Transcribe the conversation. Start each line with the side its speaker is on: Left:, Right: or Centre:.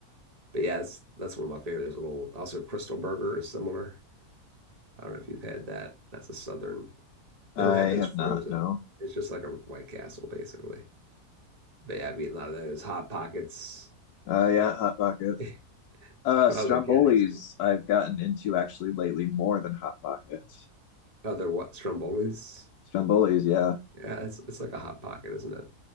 Right: But yeah, it's, that's one of my favorite. There's a little, also Crystal Burger is similar. I don't know if you've had that. That's a southern.
Left: I
Right: They don't have those
Left: have
Right: frozen.
Left: not, no.
Right: It's just like a White Castle basically. But yeah, I've eaten a lot of those Hot Pockets.
Left: Uh, yeah, Hot Pockets.
Right: <laughs>
Left: Uh,
Right: When
Left: Stromboli's
Right: I was a kid, I used to eat
Left: I've gotten into actually lately more than Hot Pockets.
Right: other what Strombolis.
Left: Stromboli's, yeah.
Right: Yeah, it's it's like a Hot Pocket, isn't it?